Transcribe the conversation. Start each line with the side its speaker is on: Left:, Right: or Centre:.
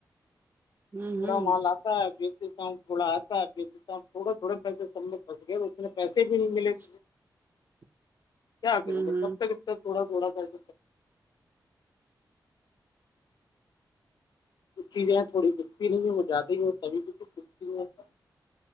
Right: ہوں
Left: پورا
Right: ہوں
Left: محال آ <unintelligible> بیچتےتا ہوں تھوڑا آتا بیچتا تھوڑے تھوڑے پیسے سب میں پھس گئے تو اتنے پیسے بھی نہیں ملے گ <unintelligible>
Right: <inaudible> <inaudible>
Left: کیا کروں
Right: ہوں ہوں
Left: کب تک کب تک تھوڑا تھوڑا کرب ک چیزیں تھوڑی دکھتی نہیں ہے وہ جاتد ہی اور تھی بھی ک دکھتی ہے <unintelligible>